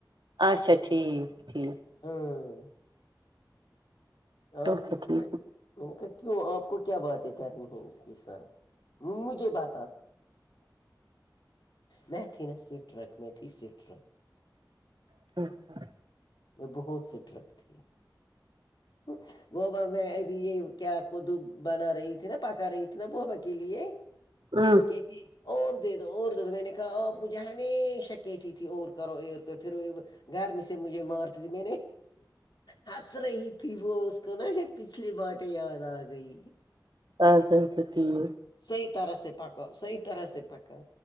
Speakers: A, on the right (about 80°); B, on the left (about 70°).
A: اچھا ٹھیک ٹھیک
B: ہمم آسی
A: اچھا ٹھیک
B: تھی میں نے کہا کیوں آپ کو کیا باتیں کرنی ہے اس کے ساتھ مجھے باتا میں تھی نا سٹرک میں تھی سٹرک
A: <inaudible>
B: میں بہت سٹرک ھتی ہ ووا میں ابھی یے کیا کدو بنا رہی تھی نا پکا رہی تھی نا بابا کے لیے
A: امم
B: تھی اور دے دو اور دے دو میں نے کہا آپ مجھے ہمیشہ کہتی تھی اور کرو ا پھر گر میں سے مجھے مارتی تے میں نے ہنس رہی تھی تھی وہ اس کو نا یے پچھلی باتیں یاد آ گئی
A: اچھا اچھا ٹھیک
B: سئی طرح سے پکا سئی طرح سے پکا